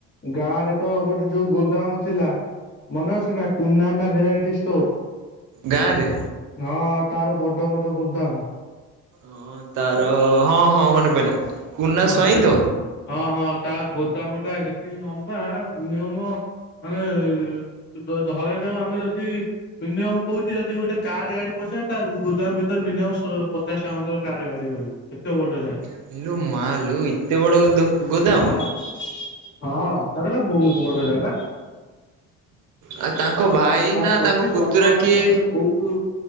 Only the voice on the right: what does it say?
ଗାଁରେ
ହଁ ତାର ହଁ ହଁ ମନେ ପଇଲା। କୁନା
ସ୍ୱାଇଁ
ତ
ଇଲୋ ମା ଲୋ ଏତେ ବଡ଼ ଦୋ ଗୋଦାମ।
ଆଉ ତାଙ୍କ
ଭାଇ
ନା
ତାଙ୍କ ପୁତୁରା
କିଏ